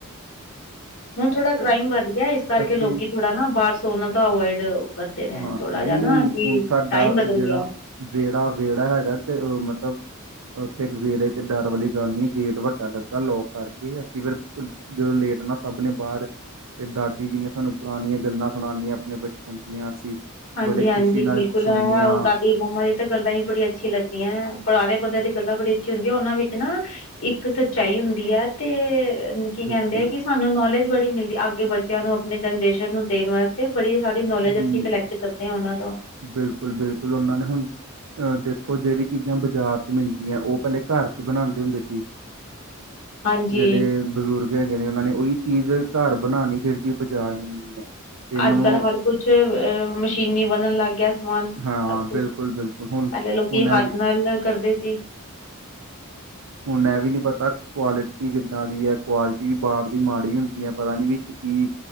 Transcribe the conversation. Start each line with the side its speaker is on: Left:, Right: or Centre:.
Left: ਹੁਣ ਥੋੜਾ ਕ੍ਰਾਈਮ ਵੱਧ ਗਿਆ, ਇਸ ਕਰਕੇ
Right: ਅਸੀਂ
Left: ਲੋਕੀ ਥੋੜਾ ਨਾ ਬਾਹਰ ਸੋਨਾ ਤਾਂ ਅਵੋਇਡ ਕਰਦੇ ਰਹੇ
Right: ਹਾਂ
Left: ਥੋੜਾ
Right: ਨਹੀਂ
Left: ਜਾ ਨਾ,
Right: ਨਹੀਂ
Left: ਕਿ
Right: ਹੁਣ ਸਾਡਾ
Left: ਟਾਈਮ ਬਦਲ
Right: ਜਿਹੜਾ
Left: ਗਿਆ।
Right: ਵਿਹੜਾ, ਵਿਹੜਾ ਹੈਗਾ ਤੇ ਉਹ ਮਤਲਬ, ਉੱਥੇ ਵਿਹੜੇ ਤੇ ਡਰ ਵਾਲੀ ਗੱਲ ਨ ਗੇਟ ਵੱਡਾ ਲੱਗਾ, ਲੋਕ ਕਰਕੇ ਅਸੀਂ ਫਿਰ ਜਦੋਂ ਲੇਟ ਨਾ, ਸਭ ਨੇ ਬਾਹਰ ਫੇਰ ਦਾਦੀ ਜੀ ਨੇ ਸਾਨੂੰ ਪੁਰਾਣੀਆਂ ਗੱਲਾਂ ਸੁਣਾਾਨੀਆਂ, ਆਪਣੇ ਬਚਪਨ ਦੀਆਂ ਅਸੀਂ
Left: ਹਾਂਜੀ
Right: ਬੜੇ
Left: ਹਾਂਜੀ,
Right: ਖੁਸ਼ੀ ਨਾਲ
Left: ਬਿਲਕੁਲ
Right: ਸੁਣਨੀਆਂ
Left: ਹੈ ਉਹ ਦਾ ਦੀ, ਮੰਮਾ ਦੀ, ਤਾਂ ਗੱਲਾਂ ਹੀ ਬੜੀ ਅੱਛੀ ਲੱਗਦੀਆਂ। ਪੁਰਾਣੇ ਬੰਦਿਆਂ ਦੀ ਗੱਲਾਂ ਬੜੀ ਅੱਛੀ ਹੁੰਦੀਆਂ, ਉਹਨਾਂ ਵਿੱਚ ਨਾ ਇੱਕ ਸੱਚਾਈ ਹੁੰਦੀ ਹੈ, ਤੇ ਕੀ ਕਹਿੰਦੇ
Right: ਬਿਲਕੁਲ
Left: ਆ ਕਿ ਸਾਨੂੰ ਨੌਲੇਜ ਬੜੀ ਮਿਲਦੀ, ਅੱਗੇ ਬੱਚਿਆਂ ਨੂੰ ਆਪਣੇ ਜਨਰੇਸ਼ਨ ਨੂੰ ਦੇਣ ਵਾਸਤੇ, ਬੜੀ ਸਾਰੀ ਨੌਲੇਜ
Right: ਜੀ,
Left: ਅਸੀਂ ਕਲੈਕਟ ਕਰਦੇ ਆ, ਉਹਨਾਂ ਤੋਂ।
Right: ਬਿਲਕੁਲ ਬਿਲਕੁਲ, ਉਹਨਾਂ ਨੇ ਹੁਣ 'ਅ ਦੇਖੋ ਜਿਹੜੀ ਚੀਜ਼ਾਂ ਬਾਜ਼ਾਰ 'ਚ ਮਿਲਦੀਆਂ, ਉਹ ਪਹਿਲੇ ਘਰ 'ਚ ਬਣਾਉਂਦੇ ਹੁੰਦੇ ਸੀ।
Left: ਹਾਂਜੀ
Right: ਜਿਹੜੇ ਬਜ਼ੁਰਗ ਹੈਗੇ ਨੇ, ਉਹਨਾਂ ਨੇ ਉਹੀ ਚੀਜ਼ ਘਰ ਬਣਾਉਣੀ, ਜਿਹੜੀ ਚੀਜ ਬਾਜ਼ਾਰ ਮਿਲਣੀ ਹੈ। ਤੇ ਮੈਨੂੰ
Left: ਅੱਜ ਕੱਲ੍ਹ ਹਰ ਕੁਛ, ਅ ਮਸ਼ੀਨੀ ਬਣਨ ਲੱਗ ਗਿਆ ਸਭ
Right: ਹਾਂ
Left: ਕੁਛ,
Right: ਬਿਲਕੁਲ ਬਿਲਕੁਲ ਹੁਣ
Left: ਪਹਿਲ ਲੇ ਲੋਕੀ
Right: ਹੁਣ
Left: ਹੱਥ
Right: ਇਹ ਵੀ
Left: ਨਾਲ ਕਰਦੇ ਸੀ।
Right: ਹੁਣ ਇਹ ਵੀ ਨੀ ਪਤਾ, ਕੁਆਲਿਟੀ ਕਿੱਦਾਂ ਦੀ ਹੈ। ਕੁਆਲਿਟੀ ਵੀ ਬਾਹਰ ਦੀ ਮਾੜੀ ਹੁੰਦੀ ਹੈ, ਪਤਾ ਨੀ ਵੀ ਕੀ